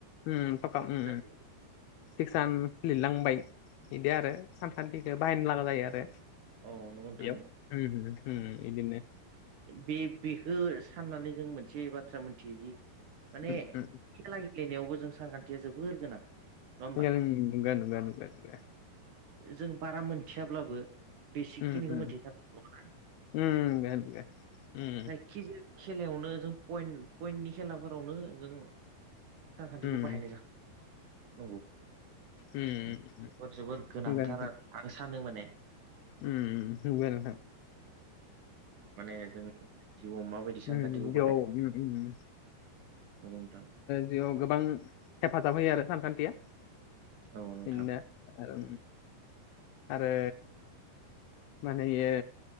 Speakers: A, on the left (about 80°); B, on the right (about 60°).
A: ओ थरथाम
B: सिक्स
A: ओ
B: जायो।
A: सिक्सान लिरलांबाय बिदि आरो सानखान्थिखौ बाहायनो लागा जायो आरो
B: ओ औ नंगौ नोंथां
A: बेयाव बिदिनो
B: बे बेखौ साननानै जों मोनसे बाथ्रा मिथियो जि माने
A: उम
B: खेला
A: उम
B: गेलेनायावबो जों सानखान्थिया जोबोर गोनां नङा होमबा
A: ओ नंगौ नंगौ नंगौ
B: जों बारा मोनथियाब्लाबो बेसिकखिनिखौ
A: ओ ओ
B: मोनथिथारगौ नङा।
A: ओ नंगौ नंगौ उम
B: जायखिजाया खेलायावनो जों पइन्ट पइन्टनि खेलाफोरावनो जों सानखान्थिखौ
A: उम
B: बाहायनाय जाखा नंगौ
A: उम
B: बेफोर जोबोर गोनांथार
A: नंगौ नोंथां
B: आरो आं सानो माने
A: उम नंगौ नोंथां
B: माने जोंनि जिउआव माबायदि
A: ओ
B: सानखान्थिखौ
A: बेयाव
B: बाहायो
A: ओ ओ
B: नंगौ नोंथां
A: जिउआव गोबां हेफाजाब होयो आरो सानखान्थिया
B: औ नोंथां
A: बिदिनो आरो आरो माने इयो